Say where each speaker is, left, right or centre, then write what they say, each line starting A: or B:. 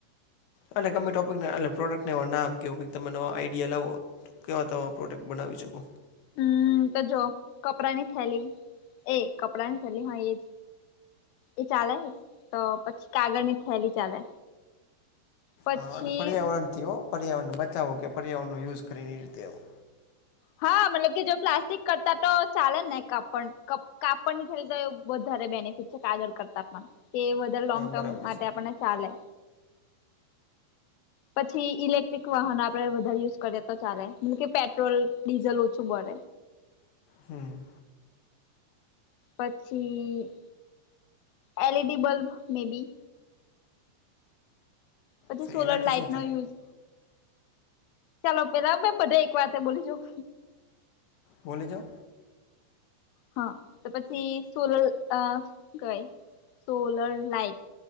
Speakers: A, on the left; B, on the left.
A: એટલે તમે ટોપિક એટલે પ્રોડક્ટને એ નામ કેવું તમે આઈડિયા લાવો તો કેવા તમે પ્રોડક્ટ બનાવી શકો
B: હમ તો જો કપડાંની થેલી એ કપડાં ની થેલી હા એજ એ ચાલે તો પછી કાગળ ની થેલી ચાલે પછી
A: હા એટલે પર્યાવરણથીઓ પર્યાવરણને બચાવો કે પર્યાવરણનો યુઝ કરીને એ રીતે આવો
B: હા મતલબ કે જો પ્લાસ્ટિક તો ચાલે ન કપણ કપ કપડ ની થોડી તો બહુ ધારે બેનિફિટ છે કાજળ કરતા પણ કે વધારે લોંગ
A: હા
B: ટર્મ
A: બરાબર
B: માટે
A: છે
B: આપણને ચાલે પછી ઇલેક્ટ્રિક વાહન આપડે વધારે યુઝ કરીએ તો ચાલે મતલબ કે પેટ્રોલ ડીિઝલ ઓછું બર
A: હમ
B: પછી એલઈડી બલ્બ મે બી પછી
A: તો
B: સોલર
A: એનાથી
B: લાઈટ
A: શું
B: નો
A: થાય
B: યુઝ ચાલો પેલા બધા એક વાત બોલીશું.
A: બોલે જા
B: હા તો પછી સોલલ કવાય સોલર લઇટ